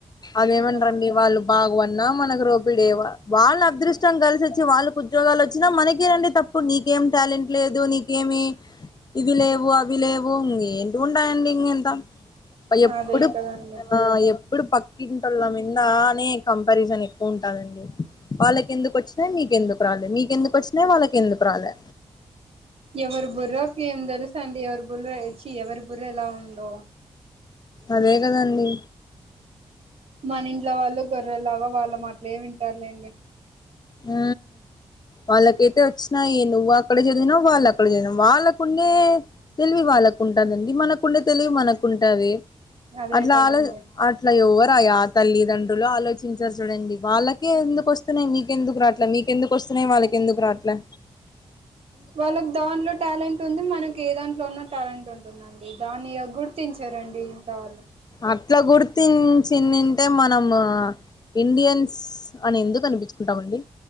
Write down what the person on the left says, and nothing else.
అదే ఏమంటారండీ
వాళ్ళు బాగు అన్న మనకు రోపిడే వాళ్ళ అదృష్టం కలిసి అచ్చి వాళ్ళకి ఉద్యోగాలు వచ్చినా మనకేనండి త నీకేమి టాలెంట్ లేదు నీకేమి ఇవి లేవు అవి లేవు ఇ ఉంటాయండీ ఇంగ అంత ఎప్పుడు
ఆ ఏ ఇప్పుడు పక్కింటోళ్ళ మీద నే కంపారిజన్ ఎక్కువ ఉంటదండి వాళ్ళకు ఎందుకు వచ్చినాయి మీకెందుకు రాలే మీకెందుకు వచ్చినాయి వాళ్ళకి ఎందుకు రాలే
అదే కదండి
ఆ వాళ్ళకైతే వచ్చినాయి నువ్వు అక్కడ చదివిన వాళ్ళ అక్కడ చదివిన వాళ్ళకుండే తెలివి వాళ్ళకు ఉంటదండి మనకుండే తెలివి మనకుంటది
అట్లా
ఆలో అట్లా ఎవరయ్యా ఆ తల్లిదండ్రులు ఆలోచించారు చూడండి వాళ్ళకే ఎందుకు వస్తున్నాయి మీ ఎందుకు రాట్లే మీకెందుకు వస్తున్నాయి వాళ్ళకి ఎందుకు రావట్లే
అట్లా గుర్తించిందింటే మనము ఇండియన్స్ అని ఎందుకు అనిపించుకుంటామండి